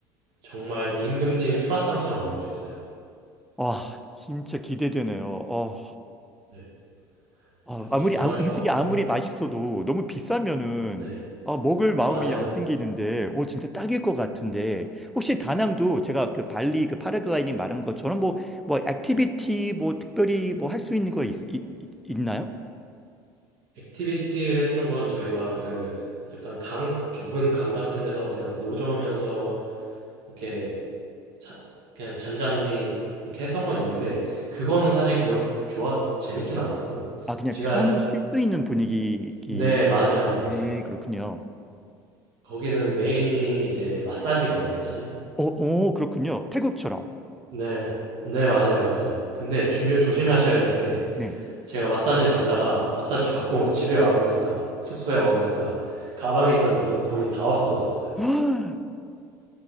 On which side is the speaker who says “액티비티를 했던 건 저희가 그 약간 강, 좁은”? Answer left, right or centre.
Right